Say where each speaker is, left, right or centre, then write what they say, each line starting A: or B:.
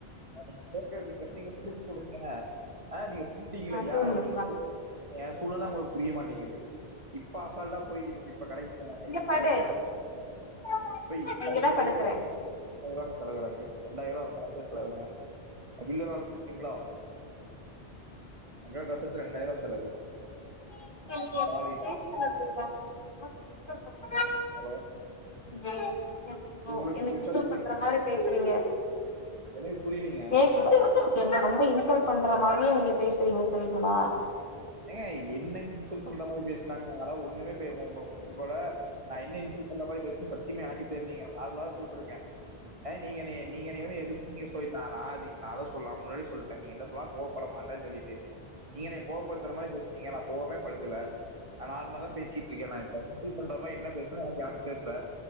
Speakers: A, on the right; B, on the left.
A: <unintelligible> நீங்க எப்டி தெரிமா சொல்றீங்க அ நீங்க சொல்லிட்டீங்கள
B: ஆ தூங்கு
A: யா நீங்க
B: வா
A: சொல்லிட்டீங்க என் சூழ்நெல உங்களுக்கு புரிய மாட்டேங்குது இப்ப அசால்டா போயிட்டு இப்ப இப்ப கடைக்கு போரங்க
B: இங்க
A: இப்ப
B: படு
A: கடைக்கு
B: நா
A: போய் இப்ப
B: இங்கதா
A: இப்ப கடைக்கு போய்
B: படுக்குறே
A: ரெண்டாயிரரூவா செலவ் எனக்கு ரெண்டாயிர ரூவா <unintelligible> செலவுங்க பில்லலா அனுப்பிட்டீங்ளா உங்க ட்ரெஸ் எடுத்து ரெண்டையாறுவா செலவு
B: <unintelligible>
A: சாலிடா ஹலோ
B: அ ம்
A: இது
B: ஓ
A: உங்களுக்கு
B: என்ன
A: பெருசா
B: கின்டல்
A: தெரியல
B: பண்ற மாரி பேசுறீங்க
A: எனக்கு புரியலீங்க
B: கேக்ல என்ன ரொம்ப இன்சல்ட் பண்ற மாரியே நீங்க பேசுறீங்க சரிங்களா
A: ஏங்க என்ன இன்சல்ட் பண்ற மாரி பேசுனாங்க அதா ஒண்ணுமே பே உங்க உங்கள நா என்ன இன்சல்ட் பண்ண மாரி பேசன சத்திமா எனக்கு தெர்லிங்க நார்மலா சொல்டுருகே நீங்க என்னைய நீங்க நீ வந்து எதுமே நீங்க சொல்ட்டா லாதி நா அதா சொல்ல முன்னாடி சொல்ட்டே நீ என்ன சொல்லா கோவபடமாட்டேனு சொல்லிட்டு நீங்க என்னைய கோவப்படுத்துற மாரி பேசுறீங்க நா கோவமே படுத்தல நா நார்மல தா பேசிட்டு இருக்கே நா இப்ப இன்சல்ட் பண்ற மாறி என்ன பேஸ்னனு எனக்கு தெர்ல